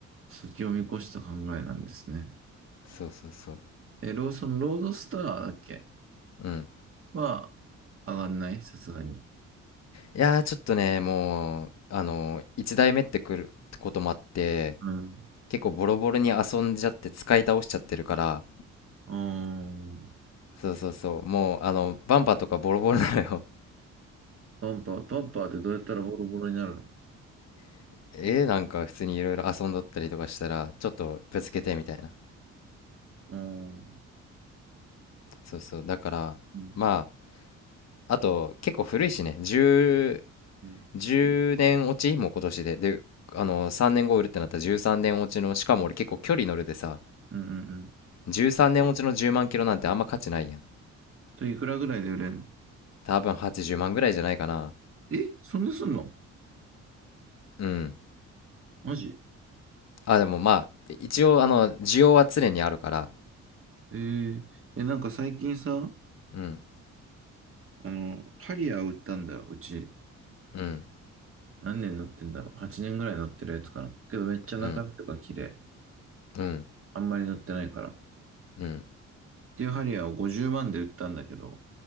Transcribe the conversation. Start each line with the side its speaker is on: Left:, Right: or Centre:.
Right: 先を見越した考えなんですね。
Left: そうそうそう
Right: え、ローソン、ロードスターだっけ
Left: うん
Right: は上がんないさすがに。
Left: いやーちょっとねもうあの1台目ってくるってこともあって
Right: うん。
Left: 結構ボロボロに遊んじゃって使い倒しちゃってるから
Right: うん。
Left: そうそうそうもうあのバンパーとかボロボロなのよ
Right: バンパー、バンパーでどうやったらボロボロになるの
Left: <laughs> えなんか普通にいろいろ遊んどったりとかしたらちょっとぶつけてみたいな
Right: うん。
Left: そうそうだからま
Right: うん。
Left: ああと結構古いしね10、
Right: うん。
Left: 年落ちもう今年でであの3年後売るってなったら13年落ちのしかも俺結構距離乗るでさ
Right: うん。うん。
Left: 13年落ちの10万キロなんてあんま価値ないやん
Right: と、いくらぐらいで売れんの
Left: 多分80万ぐらいじゃないかな
Right: え、そんなすんの
Left: うん
Right: マジ
Left: あでもまあ一応あの需要は常にあるから
Right: えー、え、なんか最近さ、
Left: うん
Right: あの、ハリアー売ったんだよ、うち。
Left: うん
Right: 何年乗ってんだろう ?8 年ぐらい乗ってるやつかな。けどめっちゃ中身とか綺麗。
Left: うんうん
Right: あんまり乗ってないから。っ
Left: うん
Right: ていうハリアーを50万で売ったんだけど、